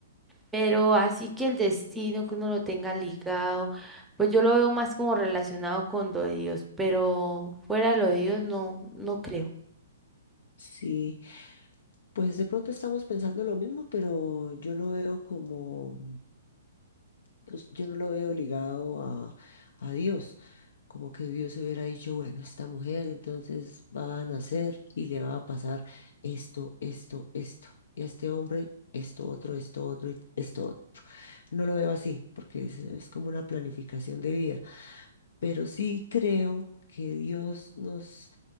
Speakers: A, in the centre; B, on the left.
A: Pero así que el destino que uno lo tenga ligado, pues yo lo veo más como relacionado con lo de Dios, pero fuera de lo de Dios no, no creo.
B: sí. Pues de pronto estamos pensando lo mismo, pero yo lo veo como... pues, yo no lo veo ligado a, a Dios, como que Dios hubiera dicho, bueno, esta mujer entonces va a nacer y le va a pasar esto, esto, esto, y a este hombre esto, otro, esto, otro, y esto, otro. No lo veo así, porque es, es como una planificación de vida, pero sí creo que Dios nos